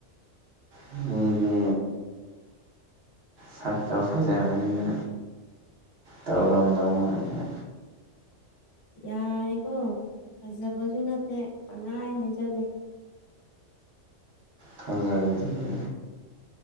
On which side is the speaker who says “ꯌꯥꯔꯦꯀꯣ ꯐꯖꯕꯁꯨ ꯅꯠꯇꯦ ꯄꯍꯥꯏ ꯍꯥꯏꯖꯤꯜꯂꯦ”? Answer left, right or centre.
Left